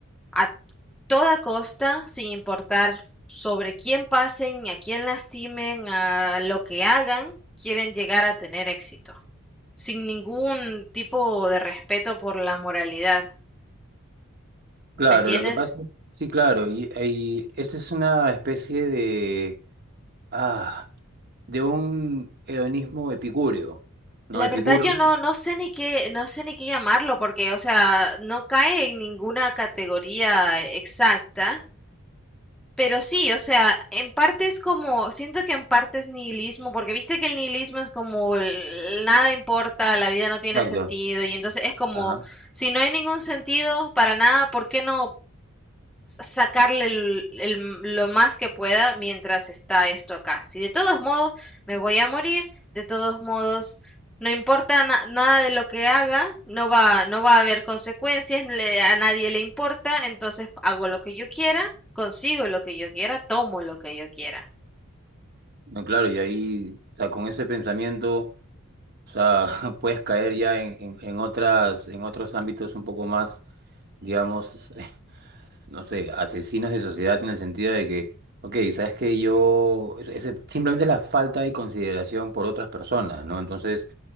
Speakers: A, in the centre; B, on the right.
A: a toda costa, sin importar sobre quién pasen, ni a quién lastimen, a lo que hagan, quieren llegar a tener éxito, sin ningún tipo de respeto por la moralidad,
B: Claro,
A: ¿me entiendes?
B: lo que pasa, sí, claro, y, y esta es una especie de, ah, de un hedonismo epicúreo, ¿no?
A: La
B: Epicuro.
A: verdad yo no, no sé ni qué, no sé ni qué llamarlo, porque, o sea, no cae en ninguna categoría exacta, Pero sí, o sea, en parte es como, siento que en parte es nihilismo, porque viste que el nihilismo es como el- nada importa, la vida no tiene
B: Exacto.
A: sentido, y entonces es como,
B: Ajá.
A: si no hay ningún sentido para nada, ¿por qué no? sacarle el- el- lo más que pueda mientras está esto acá. Si de todos modos me voy a morir, de todos modos no importa na- nada de lo que haga, no va, no va a haber consecuencias, le- a nadie le importa, entonces hago lo que yo quiera, consigo lo que yo quiera, tomo lo que yo quiera.
B: No, claro, y ahí, o sea, con ese pensamiento, o sea, <laughs> puedes caer ya en, en, en otras, en otros ámbitos un poco más, digamos, <laughs> no sé, asesinos de sociedad en el sentido de que, ok, sabes que yo, es- es- simplemente es la falta de consideración por otras personas, ¿no? Entonces,